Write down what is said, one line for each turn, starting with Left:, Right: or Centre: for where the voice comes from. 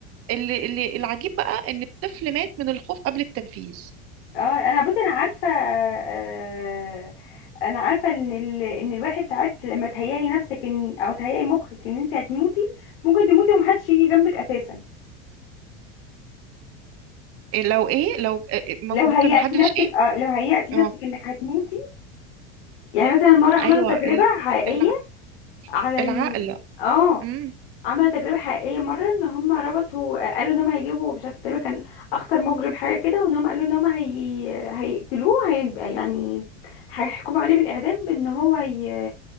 Right: اللي اللي العجيب بقى ان الطفل مات من الخوف قبل التنفيذ
Left: اه انا بصي انا عارفه آه انا عارفه ان ال... ان الواحد ساعات لما تهيئي نفسك ان او تهيئي مخك ان انت هتموتي ممكن تموتي ومحدش يجي جنبك اساسا
Right: إيه لو ايه لو إيه- إيه، ممكن
Left: لو هيأتي
Right: محدش
Left: نفسك
Right: ايه
Left: اه لو هيأتي
Right: اه
Left: نفسك انك هتموتي يعني مثلا مرة عملوا
Right: ايوه
Left: تجربة
Right: ال-
Left: حقيقية
Right: الع-
Left: على
Right: العقل
Left: ال اه
Right: امم
Left: عملوا تجربة حقيقية مرة ان هم ربطوا قالوا ان هم هيجيبوا مش عارفة تقريبا كان اخطر مجرم حاجة كده وان هم قالوا ان هم هي... هيقتلوه هي... يعني هيحكموا عليه بالإعدام بان هو ي...